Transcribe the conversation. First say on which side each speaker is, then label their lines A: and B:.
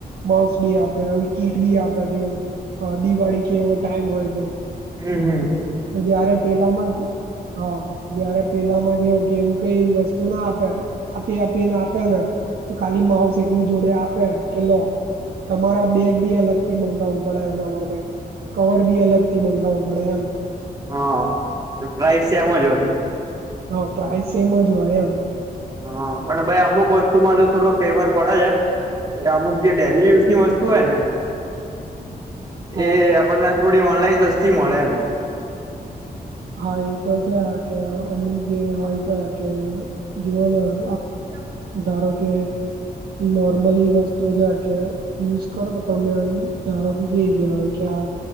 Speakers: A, on the right (about 85°); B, on the right (about 25°).
A: માઉસ ભી આપે આવી કીટ ભી આપે જો અ દિવાળી કે એવો ટાઈમ હોય તો
B: હમ્મ હમ્મ.
A: તો જયારે પેલામાં જ હા જયારે પેલા માં કેવું કેવું કઇ વસ્તુ ના આપે આપી આપીને આપે ને તો ખાલી માઉસ એકલું જોડે આપે કે લો તમારા બેગ બી અલગ થી મગાવવું પડે એના માટે કવર બી અલગ થી મગાવવું પડે એમ
B: હા પ્રાઈઝ સેમ જ હોય
A: હઓ પ્રાઈઝ સેમ જ હોય એમ
B: હા પણ ભાઈ અમુક વસ્તુમાં તો થોડો ફેવર પડે છે એ અમુક જે ડેલી યુઝ ની વસ્તુ હોય ને
A: હા
B: એ આપણને થોડી ઓનલાઈન સસ્તી મળે એમ
A: હા એ તો છે આ કે અમુક જે હોય છે કે જુઓના
B: ઊત્તમ
A: ધારો કે નોર્મલી વસ્તુ છે કે યુઝ કરો તમે આમ ધારો કે કેય ગયા હોય કે આ